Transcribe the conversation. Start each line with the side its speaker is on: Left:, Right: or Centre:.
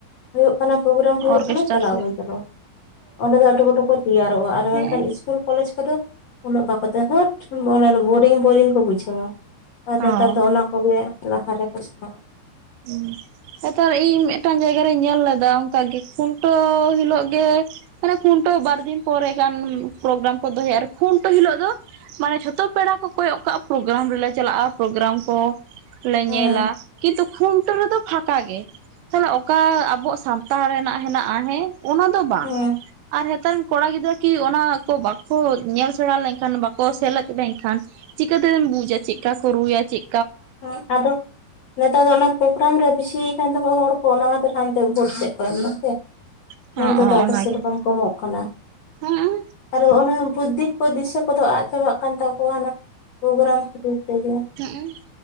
Left: ᱦᱳᱭᱳᱜ ᱠᱟᱱᱟ ᱯᱨᱳᱜᱨᱟᱢ ᱦᱳᱭᱳᱜ
Right: ᱚᱨᱜᱮᱥᱴᱟᱨ
Left: ᱠᱟᱱᱟ ᱪᱟᱞᱟᱜ
Right: ᱠᱚ
Left: ᱴ-ᱟ ᱵᱚᱱ ᱪᱚᱞᱚ᱾ ᱚᱸᱰᱮ ᱫᱚ ᱟᱹᱴᱩ ᱯᱟᱹᱴᱩ ᱠᱚ ᱛᱤᱭᱟᱨᱚᱜᱼᱟ ᱟᱨ
Right: ᱦᱮᱸ
Left: ᱢᱮᱱᱠᱷᱟᱱ ᱤᱥᱠᱩᱞ ᱠᱚᱞᱮᱡᱽ ᱠᱚᱫᱚ ᱩᱱᱟᱹᱜ ᱵᱟᱠᱚ ᱛᱚ, ᱦᱟᱹᱴ ᱚᱱᱟ ᱫᱚ ᱵᱳᱨᱤᱝ ᱵᱳᱨᱤᱝ ᱠᱚ ᱵᱩᱡᱷᱟᱹᱣᱟ ᱟᱨ ᱱᱮᱛᱟᱨ
Right: ᱚ
Left: ᱫᱚ ᱚᱱᱟ ᱠᱚ ᱞᱟᱹᱭᱟ ᱞᱟᱦᱟᱨᱮ ᱯᱨᱚᱥᱱᱚ
Right: ᱦᱩᱸ ᱱᱮᱛᱟᱨ ᱤᱧ ᱢᱮᱫᱴᱟᱝ ᱡᱟᱭᱜᱟᱨᱤᱧ ᱧᱮᱞ ᱞᱮᱫᱟ ᱚᱝᱠᱟᱜᱮ ᱠᱷᱩᱱᱴᱟᱹᱣ ᱦᱤᱞᱳᱜ ᱜᱮ ᱢᱟᱱᱮ ᱠᱷᱩᱱᱴᱟᱹᱣ ᱵᱟᱨᱫᱤᱱ ᱯᱚᱨᱮᱜᱟᱱ ᱯᱨᱳᱜᱨᱟᱢ ᱠᱚ ᱫᱚᱦᱚᱭᱟ ᱟᱨ ᱠᱷᱩᱱᱴᱟᱹᱣ ᱦᱤᱞᱳᱜ ᱫᱚ ᱢᱟᱱᱮ ᱡᱷᱚᱛᱚ ᱯᱮᱲᱟ ᱠᱚ ᱠᱚᱭᱚᱜ ᱠᱟᱜ-ᱟ, ᱯᱨᱚᱜᱨᱟᱢ ᱨᱮᱞᱮ ᱪᱟᱞᱟᱜᱼᱟ ᱯᱨᱚᱜᱨᱟᱢ ᱠᱚ᱾ ᱞᱮ
Left: ᱦᱮᱸ
Right: ᱧᱮᱞᱟ ᱠᱤᱱᱛᱩ ᱠᱷᱩᱱᱴᱟᱹᱣ ᱨᱮᱫᱚ ᱯᱷᱟᱸᱠᱟ ᱜᱮ ᱛᱟᱦᱞᱮ ᱚᱠᱟ ᱟᱵᱚ ᱥᱟᱱᱛᱟᱲ ᱨᱮᱱᱟᱜ ᱦᱮᱱᱟᱜᱼᱟ ᱦᱮᱸ ᱚᱱᱟ ᱫᱚ ᱵᱟ
Left: ᱦᱮᱸ
Right: ᱟᱨ ᱦᱮᱛᱟᱨ ᱨᱮᱱ ᱠᱚᱲᱟ ᱜᱤᱫᱽᱨᱟᱹ᱾ ᱠᱤ ᱚᱱᱟ ᱠᱚ ᱵᱟᱠᱚ ᱧᱮᱞ ᱥᱮᱬᱟ ᱞᱮᱱᱠᱷᱟᱱ ᱵᱟᱠᱚ ᱥᱮᱞᱮᱫ ᱞᱮᱱᱠᱷᱟᱱ᱾ ᱪᱤᱠᱟᱹ ᱛᱮᱵᱮᱱ ᱵᱩᱡᱟ ᱪᱮᱫᱠᱟ ᱠᱚ ᱨᱩᱭᱟ ᱪᱮᱫ?
Left: ᱦᱮᱸ ᱟᱫᱚ ᱱᱮᱛᱟᱨ ᱫᱚ ᱚᱱᱟ ᱯᱨᱳᱜᱨᱟᱢ ᱨᱮ ᱵᱤᱥᱤᱭ ᱠᱟᱱ ᱛᱮ ᱠᱚ ᱦᱚᱲ ᱠᱚ ᱚᱱᱟ ᱠᱷᱟᱹᱛᱤᱨ ᱦᱟᱱᱛᱮ ᱵᱷᱚᱴ ᱥᱮᱫ ᱠᱚ ᱮᱢ ᱫᱟ ᱥᱮ᱾
Right: <inaudible>
Left: ᱱᱚᱸᱛᱮ ᱫᱚ ᱟᱫᱚ
Right: ᱚᱱᱟᱜᱮ
Left: ᱥᱮ ᱨᱚᱠᱚᱢ ᱠᱚ ᱮᱢᱚᱜ ᱠᱟᱱᱟ᱾
Right: ᱦᱮᱸ
Left: ᱟᱨᱚ ᱚᱱᱟ ᱵᱩᱫᱽᱫᱷᱤ ᱠᱚ ᱫᱤᱥᱟᱹ ᱠᱚᱫᱚ ᱟᱫ ᱪᱟᱵᱟᱜ ᱠᱟᱱ ᱛᱟᱠᱚᱣᱟ ᱚᱱᱟ ᱯᱨᱚᱜᱨᱟᱢ ᱠᱷᱟᱹᱛᱤᱨ ᱛᱮ ᱜᱮ᱾
Right: ᱦᱩᱸᱜ ᱩᱸ